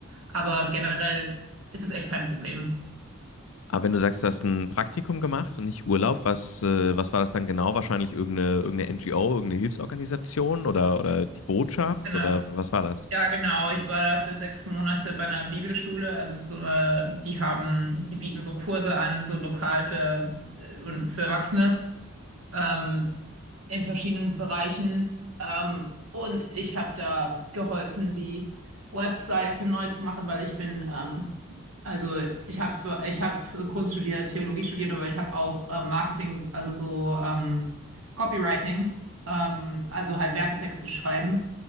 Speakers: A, on the right (about 90°); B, on the left (about 75°).
A: Aber generell ist es echt kein Problem.
B: Aber wenn du sagst, du hast ein Praktikum gemacht und nicht Urlaub, was, äh, was war das dann genau? Wahrscheinlich irgendeine, irgendeine NGO, irgendeine Hilfsorganisation oder, oder die Botschaft
A: Genau.
B: oder was war das?
A: Ja, genau. Ich war da für sechs Monate bei einer Bibelschule. Also es ist so eine, die haben, die bieten so Kurse an, so lokal für, äh, und für Erwachsene. Ähm, in verschiedenen Bereichen. Ähm, und ich habe da geholfen, die Webseite neu zu machen, weil ich bin, ähm, also ich habe zwar, ich habe Kunst studiert, Theologie studiert, aber ich habe auch ähm, Marketing, also so ähm, Copywriting, ähm, also halt Werbetexte schreiben